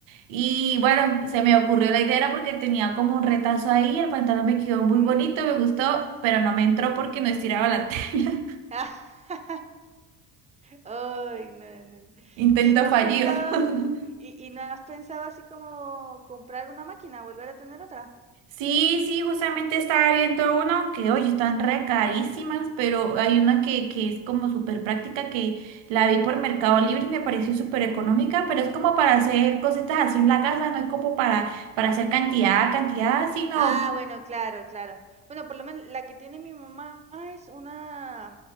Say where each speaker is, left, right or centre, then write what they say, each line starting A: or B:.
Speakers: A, on the right; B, on the right.
A: Y bueno, se me ocurrió la idea era porque tenía como un retazo ahí, el pantalón me quedó
B: ujú.
A: muy bonito, me gustó, pero no me entró porque no estiraba la tela.
B: Ah. <laughs> Ay, no, no,
A: <laughs>
B: no.
A: Intento
B: ¿Y no has
A: fallido.
B: pensado
A: <laughs>
B: y y no has pensado así como comprar una máquina, volver a tener otra?
A: Sí, sí, justamente estaba viendo una, que oye están re carísimas, pero hay una que, que es como súper práctica, que la vi por Mercado Libre y me pareció súper
B: Ujú.
A: económica, pero es como para hacer cositas así en la casa, no es como para, para hacer cantidad, cantidad, sino
B: Ah, bueno, claro, claro. Bueno, por lo menos la que tiene mi mamá es una